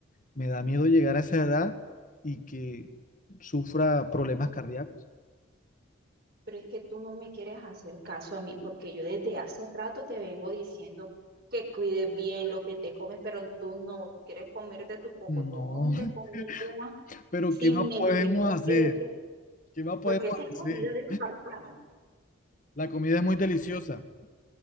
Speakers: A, on the left (about 40°); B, on the right (about 45°).
A: me da miedo llegar a esa edad y que sufra problemas cardíacos.
B: Pero es que tú no me quieres hacer caso a mí porque yo desde hace rato te vengo diciendo que cuides bien lo que te comes, pero tú no quieres comerte tu pocotón
A: No,
B: de comida
A: <laughs> pero
B: sin
A: ¿qué más
B: medir,
A: podemos
B: porque
A: hacer?
B: ese,
A: ¿Qué más podemos
B: porque esa es
A: hacer?
B: comida de espartano.
A: La comida es muy deliciosa.